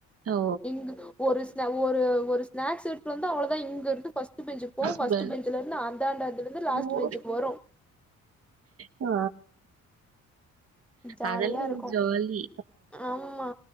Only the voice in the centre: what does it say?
எங்க ஒரு ஸ்ந ஒரு ஸ்நாக்ஸ் எட்டு வந்தா அவ்ளோதா இங்க இருந்து ஃபஸ் ட்டு பெஞ்சுக் போகு
ஃபஸ்டு பெஞ்சுல இருந்து அந்தாண்ட அதுல இருந்து லாஸ்ட்டு
பெஞ்சுக்கு வரு
ஜாலியா
இருக்கு
ஆமா